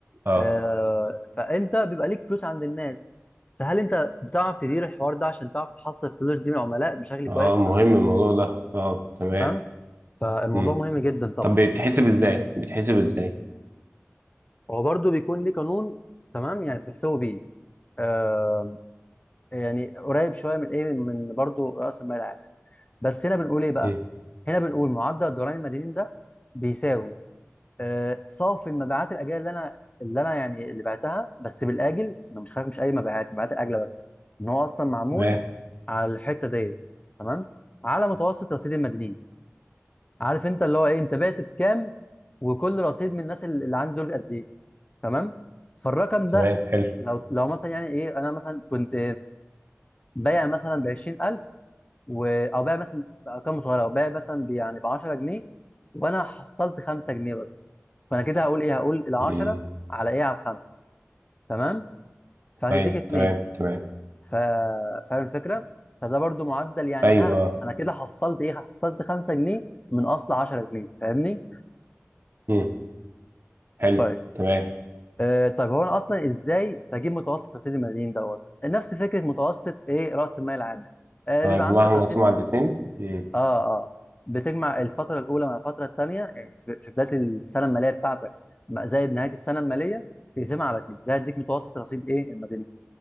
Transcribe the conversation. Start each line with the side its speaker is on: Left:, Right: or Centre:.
Right: اه
Left: آه، فانت بيبقى ليك فلوس عند الناس فهل انت بتعرف تدير الحوار ده عشان تعرف تحصل الفلوس دي من العملاء بشكل
Right: اه
Left: كويس ولا
Right: مهم
Left: لا
Right: الموضوع ده اه تمام
Left: تمام فالموضوع
Right: مم.
Left: مهم جدا طبعا
Right: طب بتحسب ازاي بتحسب ازاي
Left: هو برضه بيكون ليه قانون تمام يعني بتحسبه بيه آه يعني قريب شويه من ايه من برضه راس المال العامل بس هنا بنقول ايه بقى
Right: مم.
Left: هنا بنقول معدل الضرائب المدنيين ده بيساوي آه، صافي المبيعات الاجله اللي انا اللي انا يعني اللي بعتها بس بالاجل انا مش خايف مش اي مبيعات مبيعات الاجله بس ان هو اصلا معمول
Right: تمام
Left: على الحته دي تمام على متوسط رصيد المدنيين عارف انت اللي هو ايه انت بعت بكام وكل رصيد من الناس اللي عندي دول قد ايه تمام فالرقم
Right: تمام
Left: ده
Right: حلو
Left: لو لو مثلا يعني ايه انا مثلا كنت بايع مثلا ب 20000 و... او بقى مثلا ارقام صغيره او بقى مثلا ب- يعني ب 10 جنيه وانا حصلت 5 جنيه بس فانا كده هقول ايه هقول ال 10
Right: مم.
Left: على ايه على الخمسه تمام فهتديك
Right: ايوه
Left: اتنين
Right: تمام تمام
Left: ف... فاهم الفكره فده برضو معدل يعني
Right: ايوه
Left: ها
Right: آه.
Left: انا كده حصلت ايه حصلت 5 جنيه من اصل 10 جنيه فاهمني
Right: مم. حلو
Left: طيب
Right: تمام
Left: آه طيب هو انا اصلا ازاي بجيب متوسط رصيد المدين دوت نفس فكره متوسط ايه راس المال العامل آه
Right: هجمعهم
Left: بيبقى عندك
Right: واقسمهم
Left: رصيد
Right: على الاثنين مم.
Left: اه اه بتجمع الفترة الأولى مع الفترة التانية يعني في في بداية السنة المالية بتاعتك ما- زائد نهاية السنة المالية تقسمها على اتنين ده هيديك متوسط رصيد إيه المدنيين